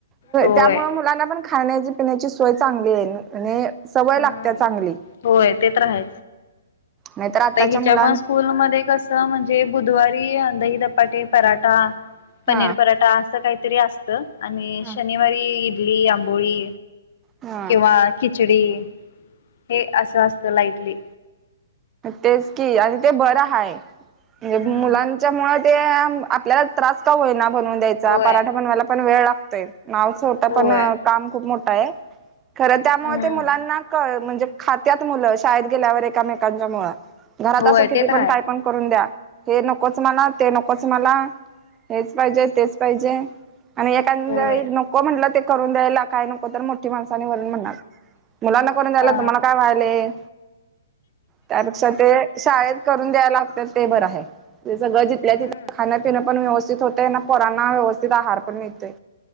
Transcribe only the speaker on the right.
त्यामुळे मुलांना पण.. खाण्याची पिण्याची सोय चांगली आहे म्ह सवय
लागते चांगली.
नाहीतर आताच्या
मुलां
हा
हा
हा
तेच की आणि ते बरं हाय.. म्हणजे
मुलांच्या मु ते आपल्याला त्रास का होईना.. बनवून द्यायचा
पराठा बनवायला पण वेळ लागतोय. नाव छोट
पण काम खूप मोठं आहे खरं त्यामुळे
ते मुलांना म्हणजे खात्यात मुलं शाळेत गेल्यावर एकामेकांच्या मुळं घरात
असं किती
पण
काय पण करून द्या. हे नकोच मला ते नकोच मला. हेच पाहिजे तेच पाहिजे आणि एखादा
एक नको म्हंटलं ते.. करून द्यायला काय नको तर मोठी माणसानी वून म्हणणार मुलांना करून द्यायला
तुम्हाला काय व्हायले.. त्यापेक्ष ते शाळेत करून द्यायला लागतात ते बरं आहे. जसळं जिथल्या
तिथे खाण्यापिनं पण व्यवस्थित होतय ना पोरांना व्यवस्थित आहार पण मिळतोय.